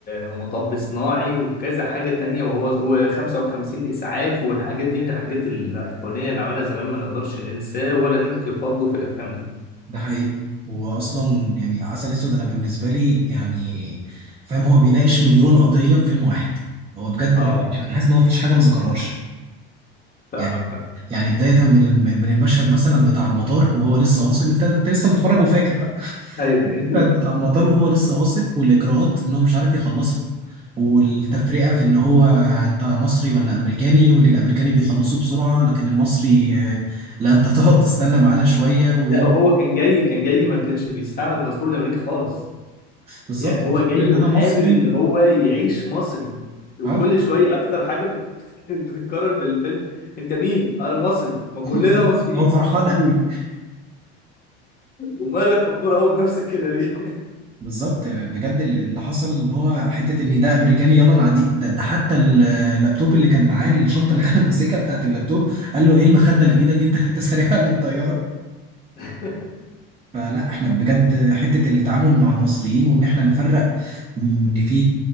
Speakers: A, on the left (about 30°); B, on the right (about 20°).
A: ومطب صناعي وكذا حاجه تانية وهو هو 55 اسعاف والحاجات دي من الحاجات الايقونيه اللي عملها زمان ما نقدرش ننساه ولا ننكر فضله في الافلام دي
B: ده حقيقي واصلا يعني عسل اسود انا بالنسبه لي يعني فاهم هو بيناقش مليون قضيه في فيلم واحد هو بجد
A: اه
B: ما فيش انا حاسس ان هو ما فيش حاجه ما ذكرهاش
A: فاهمك
B: يعني
A: فاهمك.
B: يعني بدايه من الم- من المشهد مثلا بتاع المطار وهو لسه واصل انت انت لسه متفرج وفاكر بقى
A: ايوه ايوه
B: التراك بتاع المطار وهو لسه واصل والاجراءات ان هو مش عارف يخلصها والتفرقه في ان هو انت مصري ولا امريكاني وان الامريكاني بيخلصوه بسرعه لكن المصري آه، لا انت تقعد تستنى معانا شويه وايه
A: لا هو كان جاي كان جاي ما كانش بيستعمل الباسبور الامريكي خالص
B: بالظبط
A: يعني
B: فاكر
A: هو جاي
B: ان
A: وحابب
B: انا مصري
A: ان
B: و...
A: هو يعيش مصري وكل
B: اه
A: شويه اكتر حاجه بت- <laughs> بتتكرر في الفيلم انت مين؟ انا مصري ما
B: <laughs>
A: كلنا
B: بالظبط
A: مصريين
B: هو فرحان قوي
A: ومالك فخور قوي بنفسك كده ليه؟
B: بالظبط بجد اللي حصل ان هو حته ان ده امريكاني يلا نعديه ده, ده حتى ال- اللابتوب اللي كان معاه الشنطه اللي كان ماسكها بتاعت اللابتوب قال له ايه المخده اللي في ايدك دي انت انت سارقها من الطياره
A: <laughs>
B: فلا احنا بجد حتة التعامل مع المصريين وان احنا نفرق م- ان في